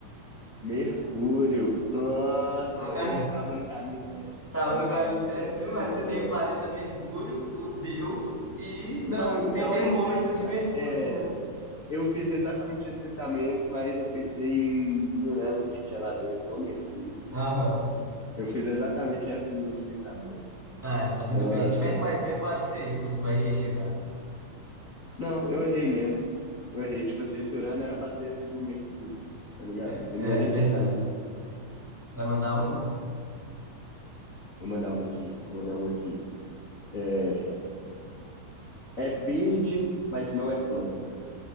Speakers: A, on the left; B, in the centre.
A: Mercúrio. Nossa,
B: <laughs>
A: eu tava no caminho certo.
B: Tava
A: eu Tava
B: no
A: no
B: caminho
A: caminho
B: certo
A: certo,
B: demais.
A: era isso
B: Você
A: mesmo.
B: tem o planeta Mercúrio, o Deus e
A: Não,
B: tá no...
A: então
B: tem termômetro
A: é isso aí,
B: de
A: mano.
B: Mercúrio,
A: É,
B: né?
A: eu fiz exatamente esse pensamento, mas eu pensei em Urano que tinha lá dentro, não Mercúrio.
B: Aham.
A: Eu fiz exatamente essa linha de pensamento.
B: É, tá vindo
A: Nossa.
B: bem. Se tivesse mais tempo, eu acho que você ia, cons- vai- ia chegar.
A: Não, eu errei mesmo. Eu errei. Tipo assim, esse Urano era pra ter sido o Mercúrio, tá ligado?
B: É,
A: Eu não ia nem
B: é verdade.
A: pensar no Mercúrio.
B: Você vai mandar uma?
A: Vou mandar uma aqui, vou mandar uma aqui. É, é verde, mas não é planta.